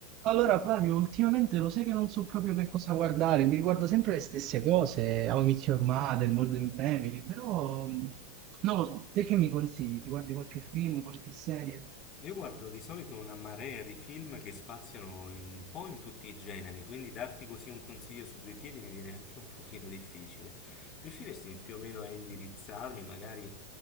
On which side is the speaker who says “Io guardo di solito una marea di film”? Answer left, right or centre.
Left